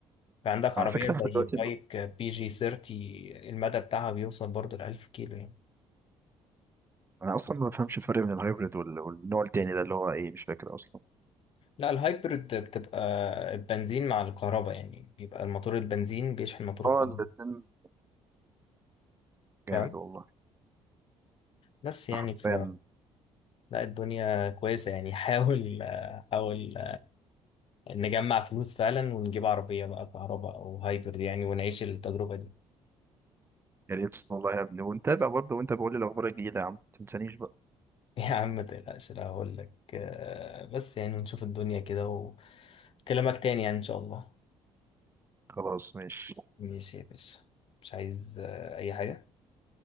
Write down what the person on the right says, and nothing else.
أنا
على فكرة
احنا دلوقتي
ب-
أنا أصلا ما بفهمش الفرق بين الهايبريد وال- والنوع التاني ده اللي هو إيه مش فاكر أصلا
هو
الاتنين جامد
والله
حرفيا
يا ريت والله يا ابني ونتابع برضه وانت بقول لي الاخبار الجديده يا عم متنسانيش بقى
خلاص ماشي